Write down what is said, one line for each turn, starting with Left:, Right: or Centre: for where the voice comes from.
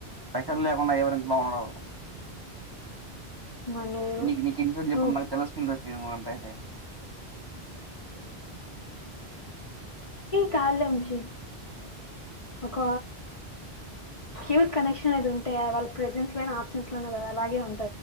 Right: స్పెషల్ లేకుండా ఎవరుంటున్నారొ
Left: మనూరు
Right: నీకు నీకు ఎన్ని సార్లు చెప్పున్న
Left: నువ్వు
Right: జెప్పిన నాకు తెలస్తందా. నేను మా అబ్బాయినే
Left: కాల్లోంచి ఒక క్యూట్ కనెక్షన్ అది ఉంటె అ వాళ్ళ ప్రెజెన్స్ లో, ఆబ్సెంన్స్ లోన అది అలాగే ఉన్